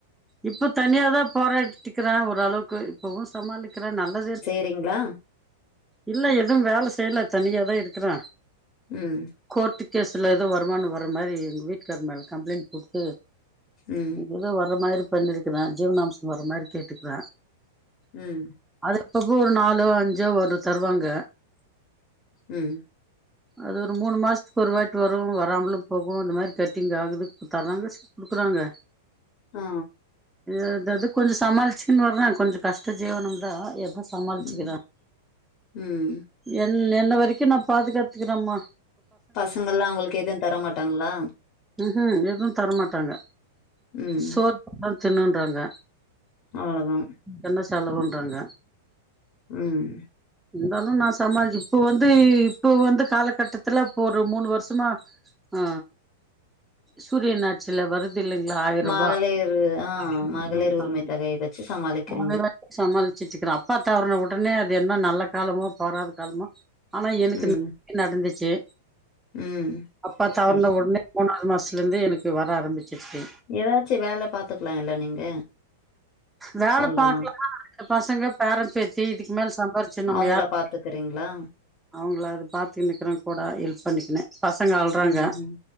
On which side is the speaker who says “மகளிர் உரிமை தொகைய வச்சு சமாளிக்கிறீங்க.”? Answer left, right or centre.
Left